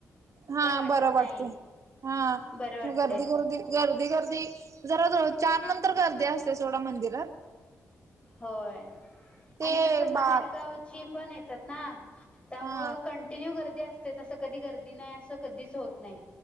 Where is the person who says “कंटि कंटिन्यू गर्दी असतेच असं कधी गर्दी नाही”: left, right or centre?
Left